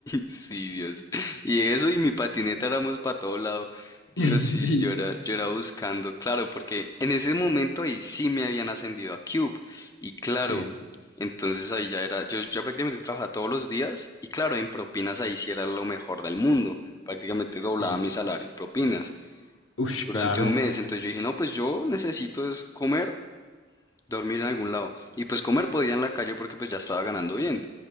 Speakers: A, on the left; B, on the left.
A: Sí, Dios. Y eso y mi patineta éramos para todo lado. Dios,
B: <laughs>
A: sí, yo era, yo era buscando, claro, porque en ese momento ahí sí me habían ascendido a Cube. Y claro,
B: Sí, sí,
A: entonces ahí ya era, yo, yo prácticamente trabajaba todos los días y claro, en propinas ahí sí era lo mejor del mundo. Prácticamente doblaba
B: sí.
A: mi salario, en propinas,
B: Ush,
A: durante
B: claro.
A: un mes. Entonces yo dije, no, pues yo necesito es comer, dormir en algún lado. Y pues comer podía en la calle porque pues ya estaba ganando bien.